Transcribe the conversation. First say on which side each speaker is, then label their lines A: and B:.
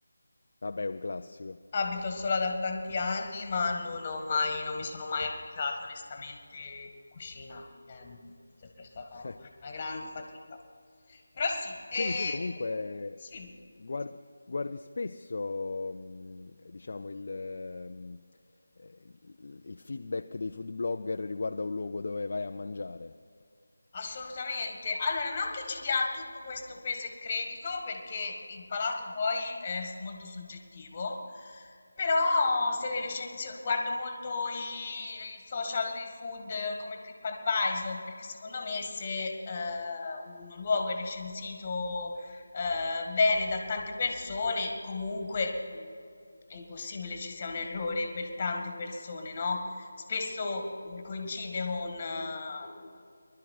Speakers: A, on the left (about 50°); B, on the left (about 30°).
A: Vabbè, è un classico.
B: Abito sola da tanti anni, ma non ho mai, non mi sono mai applicata onestamente in cucina. È sempre stata
A: <laughs>
B: una grande fatica. Però sì, eh,
A: Quindi tu comunque
B: sì.
A: guar- guardi spesso, mh, diciamo, il, ehm, eh, il- il feedback dei food blogger riguardo a un luogo dove vai a mangiare.
B: Assolutamente. Allora, non che ci dia tutto questo peso e credito, perché il palato poi è s- molto soggettivo, però se le recensioni, guardo molto i, i social di food eh, come TripAdvisor, perché secondo me se eh, un luogo è recensito eh, bene da tante persone, comunque mh, è impossibile ci sia un errore per tante persone, no? spesso mh, coincide con eh,